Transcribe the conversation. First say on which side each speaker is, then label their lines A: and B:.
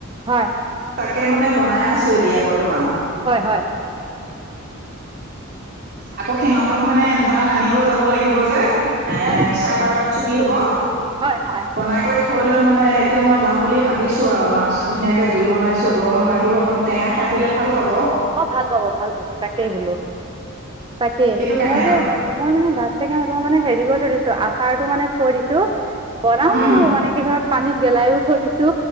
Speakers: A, on the right; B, on the right.
A: হয়।
B: তাকে মানে বনাই আছো এতিয়া বৰ্তমান।
A: হয়, হয়।
B: আকৌ সিহঁতক মানে ধৰা আনিব যাব লাগ গিব জেহ। এ
A: হয়,
B: চাৰে বাৰটাত ছুটি হব।
A: হয়, হয়,
B: বনাই কৰি থৈ লৈ মানে এতিয়া মই যাম বুলি ভাবিছোঁ আৰু। মাছ ধুনীয়াকে জোল বনাইছোঁ গৰমত আহিব। অকণ টেঙা খাই দিলে ভাল পাব।
A: অ ভাল পাব, ভাল পাব। তাকেই বোলো। তাকে।
B: সেইটো কাৰণে
A: মই যে
B: আৰু
A: মই মানে গাছ টেঙা এবাৰ মানে হেৰি কৰি থৈ দিছোঁ আছা আচাৰটো মানে থৈ দিছো। বনাও
B: উম
A: আৰু মানে কি হয় পানীত গেলাইও থৈ দিছো।